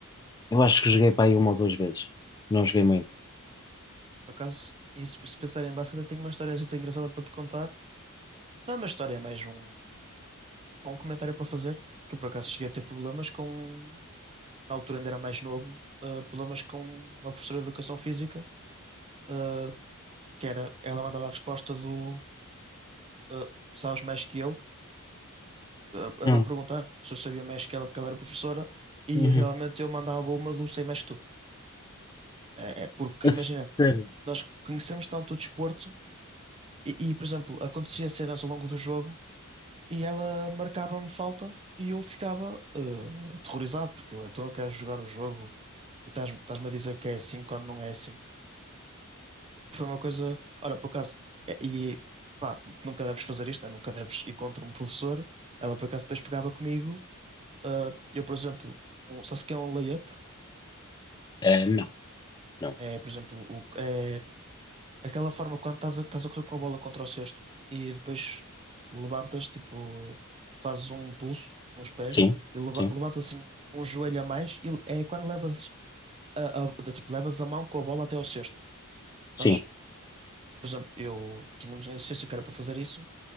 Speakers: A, on the left; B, on the right.
A: Eu acho que joguei para aí uma ou duas vezes. Não joguei muito.
B: Por acaso, e se, se pensar em basquete, eu tenho uma história muito engraçada para te contar Não é uma história, é mais um, um comentário para fazer, que eu por acaso cheguei a ter problemas com, na altura ainda era mais novo, eh, problemas com uma professora de educação física, eh, que era, ela mandava a resposta do eh, sabes mais que eu, a,
A: Hum,
B: a perguntar se eu sabia mais que ela porque ela era professora, e
A: uhum.
B: realmente eu mandava uma do sei mais que tu. É, é porque,
A: A
B: imagina,
A: sério?
B: nós conhecemos tanto o desporto, e, e, por exemplo, acontecia cenas ao longo do jogo e ela marcava-me falta e eu ficava eh, aterrorizado, porque eu, então eu quero jogar o jogo e estás-me estás-me a dizer que é assim quando não é assim. Que foi uma coisa, olha, por acaso, eh, e pá, nunca deves fazer isto, né? Nunca deves ir contra um professor. Ela por acaso depois pegava comigo, eh, eu, por exemplo, um, sabe-se que é um layup?
A: Eh, não, não.
B: É, por exemplo, o, é Aquela forma quando estás a, estás a correr com a bola contra o cesto e depois levantas, tipo, fazes um impulso com os pés
A: Sim,
B: e leva,
A: sim,
B: levantas assim um joelho a mais e é quando levas a, a- da- tipo, levas a mão com a bola até ao cesto,
A: sim,
B: sabes? Por exemplo, eu tínhamos um exercício que era para fazer isso,